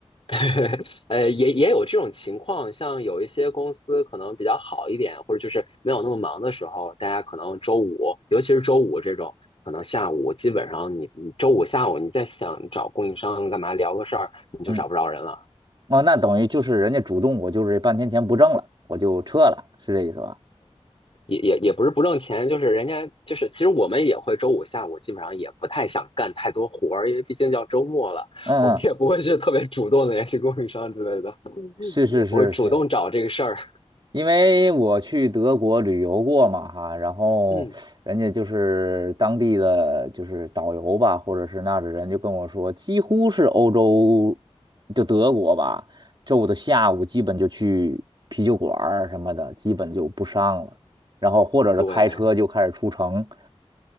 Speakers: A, on the left (about 55°); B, on the right (about 45°).
A: <laughs> 呃，也也有这种情况，像有一些公司可能比较好一点，或者就是没有那么忙的时候，大家可能周五，尤其是周五这种，可能下午基本上你你周五下午你再想找供应商干嘛聊个事儿，你就找不着人了。
B: 嗯。哦，那等于就是人家主动，我就是半天钱不挣了，我就撤了，是这意思吧？
A: 也也也不是不挣钱，就是人家就是，其实我们也会周五下午基本上也不太想干太多活儿，因为毕竟叫周末了，
B: 嗯嗯，
A: 我们也不会去特别主动的联系供应商之类的，
B: 是是是是，
A: 也不会主动找这个事儿。
B: 因为我去德国旅游过嘛哈，然后人家就是当地的就是导游吧，
A: 嗯，
B: 或者是那儿的人就跟我说，几乎是欧洲就德国吧，周五的下午基本就去啤酒馆儿什么的，基本就不上了，然后或者是开车就开始出城。
A: 对。